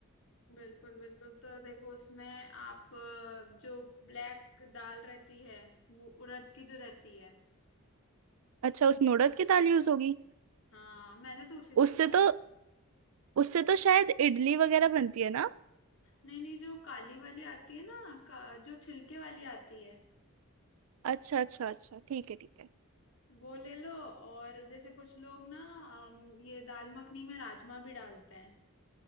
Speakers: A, on the left; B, on the right.
A: बिल्कुल बिल्कुल तो देखो उसमें आप अ, जो ब्लैक दाल रहती है वो उड़द की जो रहती है
B: अच्छा उसमें उड़द की दाल यूज होगी
A: हाँ मैंने तो उसी से
B: उससे
A: बनाया।
B: तो उससे तो शायद इडली वगैरह बनती है ना
A: नहीं नहीं जो काली वाली आती है ना का, जो छिलके वाली आती है
B: अच्छा अच्छा अच्छा ठीक है ठीक है
A: वो ले लो और जैसे कुछ लोग ना अम, ये दाल मखनी में राजमा भी डालते हैं